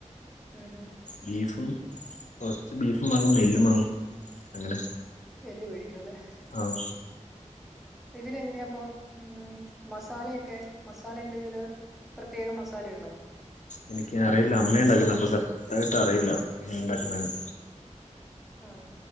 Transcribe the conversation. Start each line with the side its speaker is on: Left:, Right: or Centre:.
Centre: ഉം ഉം
Left: ബീഫും കൊറച്ച് ബീഫും വാങ്ങും എല്ലും വാങ്ങും അങ്ങനെ
Centre: എല്ലു <unintelligible> <unintelligible> ക്കല്ലേ
Left: ആഹ്
Centre: ആഹ ഇതിന് എങ്ങനെയാപ്പൊ ഉം മസാലയൊക്കെ മസാല എന്തെങ്കില് പ്രത്യേകം മസാലയുണ്ടോ
Left: എനിക്ക് അറിയില്ല അമ്മയാ ഉണ്ടാക്കുന്ന അപ്പൊ <unintelligible> റ്റായിട്ട് അറിയില്ല എങ്ങന ഇണ്ടാക്കുന്നേന്ന്
Centre: ആഹ